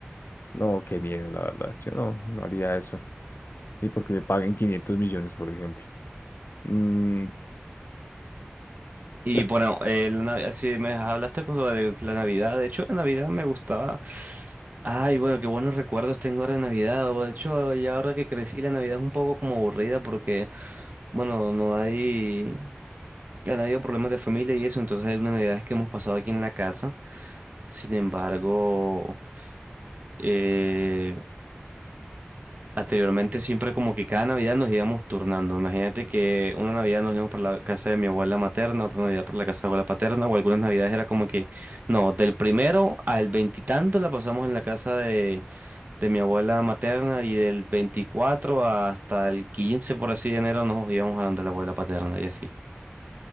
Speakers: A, on the left (about 65°); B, on the right (about 40°).
A: no, qué miedo, la verdad. Yo no, no haría eso. Ni porque me paguen 500 millones, por ejemplo. Mm,
B: Y
A: pero,
B: bueno, eh, la Navidad- si me hablaste sobre la Navidad, de hecho la Navidad me gustaba. Ay, bueno, qué buenos recuerdos tengo ahora de Navidad. o De hecho, ya ahora que crecí, la Navidad es un poco como aburrida porque, bueno, no hay, han habido problemas de familia y eso, entonces hay unas Navidades que hemos pasado aquí en la casa. Sin embargo, eh, Anteriormente siempre como que cada Navidad nos íbamos turnando. Imagínate que una Navidad nos íbamos para la casa de mi abuela materna, otra Navidad para la casa de abuela paterna, o algunas Navidades era como que, no, del primero al veintitanto la pasamos en la casa de, de mi abuela materna y del 24 hasta el 15 por así de enero, nos íbamos a donde la abuela paterna y así.